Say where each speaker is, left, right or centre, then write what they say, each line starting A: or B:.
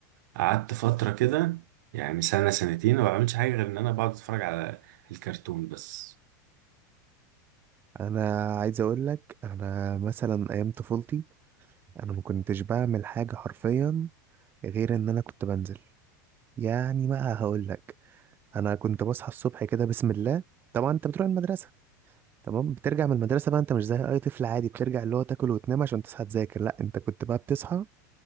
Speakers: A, on the right; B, on the right.
A: قعدت فترة كده يعني سنة سنتين ما بعملش حاجة غير إن أنا بقعد أتفرج على الكرتون بس
B: انا عايز اقول لك انا مثلا ايام طفولتي انا ما كنتش بعمل حاجه حرفيا غير ان انا كنت بنزل يعني بقى هقول لك انا كنت بصحى الصبح كده بسم الله طبعا انت بتروح المدرسه تمام بترجع من المدرسه بقى انت مش زي اي طفل عادي بترجع اللي هو تاكل وتنام عشان تصحى تذاكر لا انت كنت بقى بتصحى